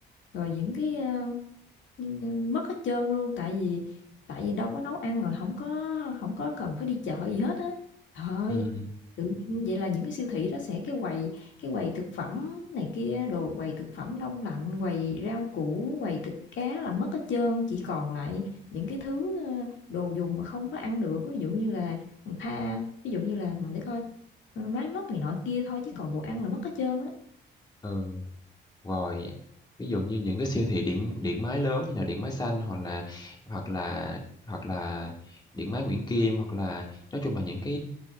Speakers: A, on the left; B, on the left.
A: rồi những cái, ơ, ưm, mất hết trơn luôn, tại vì tại vì đâu có nấu ăn rồi không có không có cần phải đi chợ gì hết á. thôi
B: Ừm,
A: Tự nhiên vậy là những cái siêu thị đó sẽ cái quầy cái quầy thực phẩm này kia, đồ quầy thực phẩm đông lạnh, quầy rau củ, quầy thịt cá là mất hết trơn, chỉ còn lại những cái thứ, ơ, đồ dùng mà không có ăn được. Ví dụ như là, ừm, tha ví dụ như là để coi, ờ, máy móc này nọ kia thôi chứ còn đồ ăn là mất hết trơn á.
B: ừ. Rồi, ví dụ như những cái siêu thị điện điện máy lớn như là Điện Máy Xanh hoặc là hoặc là hoặc là Điện Máy Nguyễn Kim, hoặc là nói chung là những cái